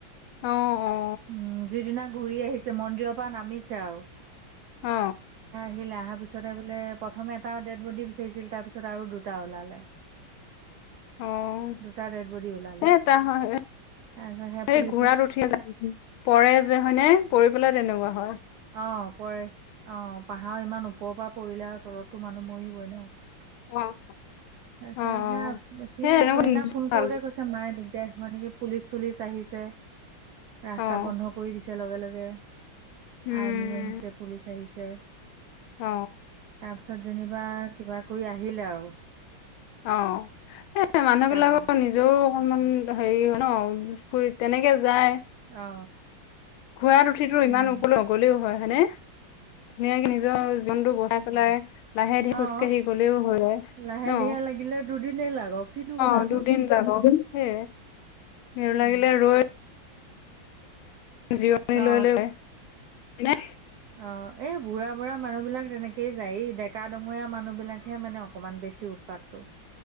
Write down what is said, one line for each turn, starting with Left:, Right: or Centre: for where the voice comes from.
Left: অ অ।
Right: উম যিদিনা ঘূৰি আহিছে, মন্দিৰৰপা নামিছে আও।
Left: অ।
Right: আহিলে, আহাৰ পিছতে বোলে প্ৰথমে এটা ডেড্‌ বডি বিচাৰিছিল। তাৰ পিছত আৰু দুটা ওলালে।
Left: অঁ,
Right: দুটা ডেড বডি ওলালে
Left: সেই তা হ হ'য় এ
Right: তাৰপিছত সেই
Left: হে
Right: পুলিচে
Left: ঘোঁৰাত উঠি যায় পৰে যে হয়নে পৰি পেলাই তেনেকুৱা হয়।
Right: অঁ পৰে, অঁ পাহাৰ ইমান ওপৰপা পৰিলে আও তলতটো মানুহ মৰিবই ন'?
Left: অ',
Right: তাৰপিছত
Left: অ', অ',
Right: হে সি
Left: সেই
Right: সেইদিনা
Left: এনেকুৱা
Right: ফোন
Left: ভাল
Right: কৰোতে কৈছে মায়ে দিগদাৰ- হ'য় নেকি? পুলিচ- চুলিচ আহিছে, ৰাস্তা
Left: অ',
Right: বন্ধ কৰি দিছে লগে লগে।
Left: উম,
Right: আৰ্মি আহিছে পুলিচ আহিছে।
Left: অ।
Right: তাৰপিছত যেনিবা কিবা কৰি আহিলে আৰু।
Left: অঁ, এ মানুহ
Right: তাৰপা
Left: বিলাকৰ নিজৰো অকণমান হেৰিও ন' ফুৰিত্‌ তেনেকে যায়।
Right: অ।
Left: ঘোৰাত উঠিতো ইমান
Right: উম
Left: ওপলে নগলেও হয় হয়নে? ধুনীয়াকে নিজৰ উজনটো বচাই পেলাই। লাহেধিৰে
Right: অ
Left: খোজকাঢ়ি
Right: অ
Left: গ'লেও হ'য় যায
Right: লাহে
Left: ন'?
Right: ধীৰে লাগিলে দুদিনেই লাগক কিন্তু কথাটো
Left: অঁ দুদিন তাত তহিম হে খেৰ
Right: উম
Left: লাগিলে ৰৈ জিৰণি
Right: অ
Left: লৈ লৈনে
Right: অ এই বুঢ়া বুঢ়া মানুহ বিলাক তেনেকেই যায় ডেকা ডঙৰীয়া মানুহ বিলাক। খে মানে অকণমান বেছি উৎপাতটো।